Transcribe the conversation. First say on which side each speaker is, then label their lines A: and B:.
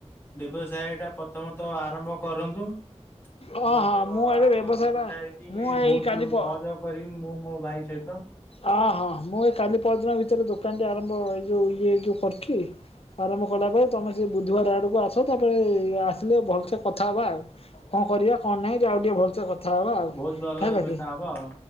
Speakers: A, on the left; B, on the left.
A: ବ୍ୟବସାୟ ଟା ପ୍ରଥମତଃ ଆରମ୍ଭ କରନ୍ତୁ।
B: ହଁ
A: ମୁଁ
B: ହଁ
A: ତ
B: ଆଗେ
A: ଆପଣ
B: ବ୍ୟବସାୟଟା
A: ବ୍ୟବସାୟ ବି
B: ମୁଁ
A: ବହୁତୁ
B: ଏଇ କାଲି ପ
A: ସହାଯୋଗ କରିବି ମୁଁ ମୋ ଭାଇ ସହିତ।
B: ହଁ ହଁ ମୁଁ ଏଇ କାଲି ପର ଦିନ ଭିତରେ ଦୋକାନଟି ଆରମ୍ଭ ଏଇ ଯୋଉ ଇଏ ଯୋଉ କରୁଚି। ଆରମ୍ଭ କଲା ପରେ ତମେ ସେ ବୁଧବାର ଆଡକୁ ଆସ ତାପରେ ଆସିଲେ ଭଲସେ କଥା ହବା ଆଉ କଣ କରିବା କଣ ନାହିଁ ଆଉ ଟିକେ ଭଲସେ କଥା ହବା ଆଉ
A: ବହୁତ ଭଲ
B: ହେଲା
A: ବ୍ୟବସ୍ଥା
B: କି।
A: ହବ ଆଉ